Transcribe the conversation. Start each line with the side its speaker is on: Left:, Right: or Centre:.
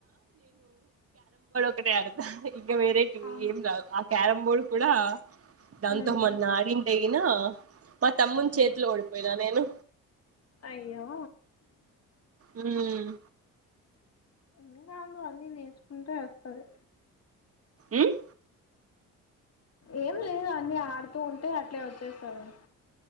Right: అక్కే ఆడతా ఇంకా వేరై
Left: ఆ
Right: ఏం రా ఆ క్యారం బోర్డ్ కూడా
Left: మ్మ్
Right: దాంతో మొన్న ఆడింట అయిిన మా తమ్ముని
Left: ఆహా
Right: చేతిలో ఓడిపోయినా నేను
Left: అయ్యో
Right: ఉమ్
Left: ఇంకా అంద అన్ని నేర్చుకుంటే ఎస్తరు
Right: ఉమ్మ్
Left: ఏం లేదు అన్నీ ఆడుతూ ఉంటే అట్లే ఒచ్చేస్తారు